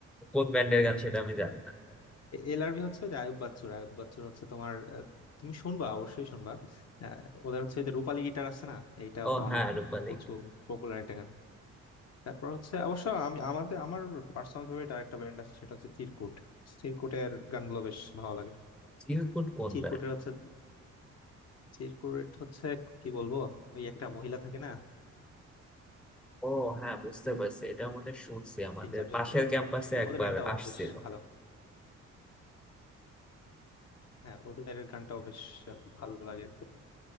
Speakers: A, in the centre; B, on the left.
A: কোন ব্যান্ডের গান সেটা আমি জানি না
B: এলআরবি হচ্ছে যে আয়ুব বাচ্চুর আয়ুব বাচ্চুর হচ্ছে তোমার আহ, তুমি শুনবা অবশ্যই শুনবা আহ, ওদের হচ্ছে এই যে রূপালী গিটার আছে না এইটা
A: ও
B: তো
A: হ্যাঁ
B: অনেক
A: রূপালী
B: প্রচুর পপুলার একটা গান তারপর হচ্ছে অবশ্য আমি আমাদের আমার পার্সোনাল ফেভারিট আরেকটা ব্যান্ড আছে সেটা হচ্ছে চিরকুট চিরকুটের গানগুলো বেশ ভালো লাগে
A: চিরকুট কোন
B: চিরকুটের
A: ব্যান্ড
B: হচ্ছে চিরকুট হচ্ছে কি বলবো ওই একটা মহিলা থাকে না
A: ও হ্যাঁ বুঝতে পারছি এটা মধ্যে শুনছি আমাদের
B: তিন চারজন
A: পাশের
B: থাকে আর
A: ক্যাম্পাসে
B: কি
A: একবার
B: ওদের ব্যান্ডটাও
A: আসছিল
B: বেশ ভালো হ্যাঁ ওদের গানটাও বেশ আহ, ভালো লাগে আর কি